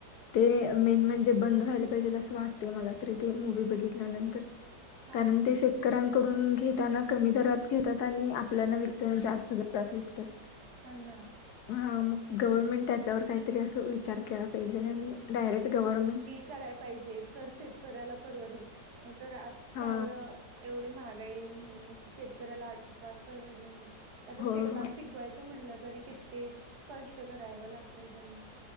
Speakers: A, on the left; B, on the right.
A: ते
B: हा
A: मेन म्हणजे बंद व्हायला पाहिजेल असं वाटतय मला तरी ते मूवी बघितल्यानंतर
B: हा
A: कारण ते शेत शेतकऱ्यांकडून घेताना कमी दरात घेतात आणि आपल्याला विकताना जास्त दरात विकतात.
B: हा ना
A: ह मग गव्हर्नमेंट त्याच्यावर कायतरी असं विचार केला पाहिजे आणि डायरेक्ट गव्हर्नमेंट
B: कराय पाहिजे तर शेतकऱ्याला परवडलं नाय तर आजकाल
A: हा
B: एवढी महागाई हिणं शेतकऱ्याला अजिबात परवडणार नाही का तर
A: हो
B: शेतात
A: हो
B: पिक कवायचं म्हटलं तरी किती कष्ट कराव लागतंय त्यांना